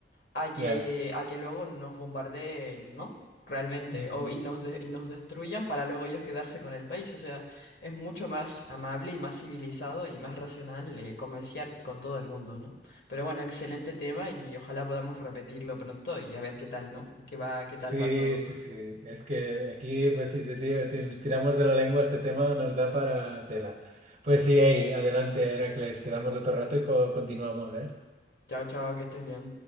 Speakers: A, on the left; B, on the right.
A: a que,
B: Ya.
A: a que luego nos bombardeen, ¿no? Realmente,
B: ujú.
A: o, y nos de- y nos destruyan para luego ellos quedarse con el país. O sea, es mucho más amable y más civilizado y más racional eh, comerciar con todo el mundo, ¿no? Pero bueno, excelente tema y ojalá podamos repetirlo pronto y a ver qué tal, ¿no? ¿Qué va, qué tal
B: Sí,
A: va todo?
B: sí, sí. Es que aquí, pues si te, ti- te- nos tiramos de la lengua este tema, nos da para tela. Pues sí, ey, adelante, Heracles, quedamos otro rato y co- continuamos, ¿eh?
A: Chao, chao, que estés bien.